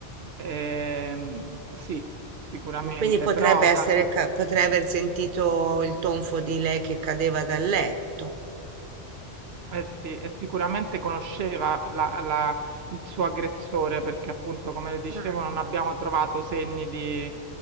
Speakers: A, on the right (about 75°); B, on the right (about 55°).
A: Ehm, sì, sicuramente,
B: E quindi potrebbe
A: però
B: essere,
A: da,
B: ca- potrei aver sentito il tonfo di lei che cadeva dal letto.
A: Eh sì, e sicuramente conosceva la- la- il suo aggressore perché appunto, come le dicevo,
B: Mm,
A: non abbiamo trovato segni di,